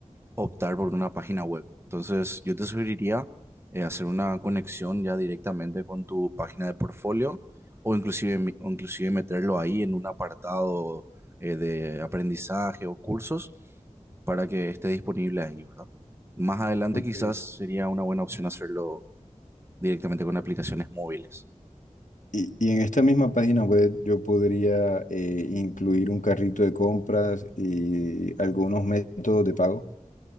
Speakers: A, on the right; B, on the left.
A: optar por una página web. Entonces, yo te sugeriría eh, hacer una conexión ya directamente con tu página de portfolio o inclusive, mi- o inclusive meterlo ahí en un apartado eh, de aprendizaje o cursos para que esté disponible ahí, ¿verdad? Más adelante
B: Ok.
A: quizás sería una buena opción hacerlo directamente con aplicaciones móviles.
B: Y, y en esta misma página web yo podría eh, incluir un carrito de compras y algunos métodos de pago,